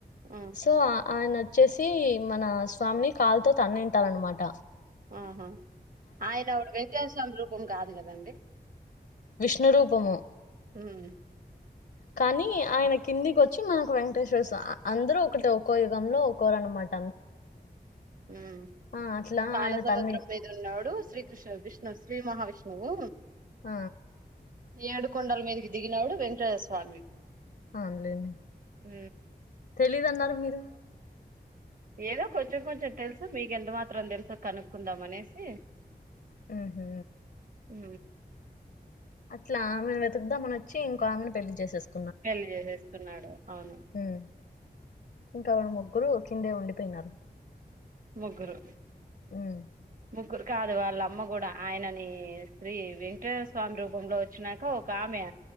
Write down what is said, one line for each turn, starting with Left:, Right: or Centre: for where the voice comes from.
Right: ఆ
Left: సో ఆ ఆయన వచ్చేసి మన స్వామిని కాలుతో తన్నింటాడన్నమాట
Right: ఆహా ఆయన ఒక వెంకటేశర స్వామి రూపం కాదు కదా దండి
Left: విష్ణురూపము
Right: హ్మ్
Left: కానీ ఆయన కిందికి వచ్చి మనకు వెంకటేశ్వర స్వామి. అందరూ ఒకటి ఒకో యుగంలో ఒకరు అనమాట
Right: మ్
Left: ఆ అట్లా
Right: పాలసముద్రం
Left: ఆయన తన్ని
Right: మీద ఉన్నోడు శ్రీకృష్ణ విష్ణు శ్రీ మహావిష్ణువు
Left: ఆ
Right: ఏడుకొండల మీదకి దిగినాడు వెంకటేశ్వర స్వామి
Left: ఆన్లేని
Right: ఉ
Left: తెలీదన్నారు మీరు
Right: ఏదో కొంచెం కొంచెం తెలుసు మీకు ఎంత మాత్రం తెలుసో కనుక్కుందాం అనేసి
Left: మ్ హు
Right: ఉ
Left: అట్లా ఆమెను వెతుకుదామని వచ్చి ఇంకో ఆమెను పెళ్లి చేసేసుకో
Right: పెళ్లి చేసేసుకున్నాడు అవును
Left: మ్మ్ ఇంకా ఆవిడ ముగ్గురు కిందే ఉండిపోయినారు
Right: ముగ్గురు
Left: ఉమ్
Right: ము కాదు వాళ్ళమ్మ కూడా ఆయనని శ్రీ వెంకటేశ్వర స్వామి రూపంలో వచ్చానాక ఒక ఆమె